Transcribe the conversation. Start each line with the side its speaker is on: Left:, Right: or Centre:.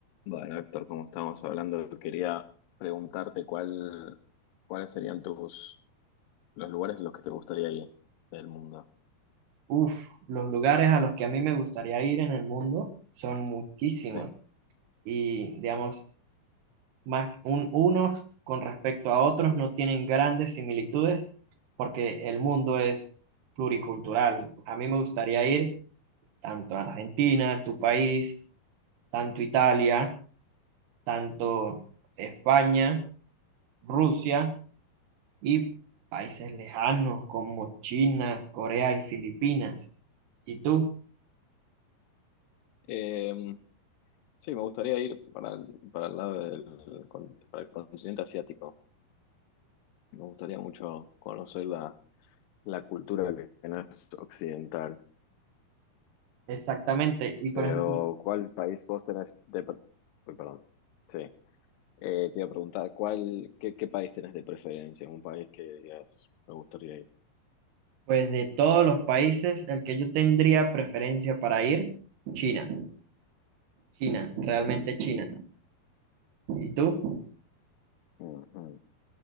Left: Bueno, Héctor, como estábamos hablando, quería preguntarte cuál, cuáles serían tus los lugares en los que te gustaría ir del mundo.
Right: Uf, los lugares a los que a mí me gustaría ir en el mundo son muchísimos
Left: Sí.
Right: y digamos, más un- unos con respecto a otros no tienen grandes similitudes porque el mundo es pluricultural. A mí me gustaría ir tanto a Argentina, tu país, tanto Italia, tanto España, Rusia y países lejanos como China, Corea y Filipinas. ¿Y tú?
Left: Eh, sí, me gustaría ir para, el- para el lado del con- para el continente asiático. Me gustaría mucho conocer la, la cultura que no es occidental.
Right: Exactamente. Y por
Left: Pero,
Right: ejemplo,
Left: ¿cuál país vos tenés de... pre- Uy, perdón. Sí. Eh, te iba a preguntar, ¿cuál, qué, qué país tenés de preferencia? Un país que digas, me gustaría ir.
Right: Pues de todos los países, el que yo tendría preferencia para ir, China. China, realmente China.
Left: China.
Right: ¿Y tú?
Left: Ujú.